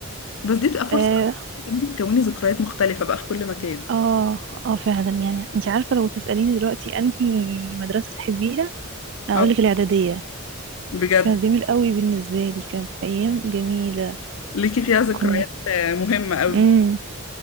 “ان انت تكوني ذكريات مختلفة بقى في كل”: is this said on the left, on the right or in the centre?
Left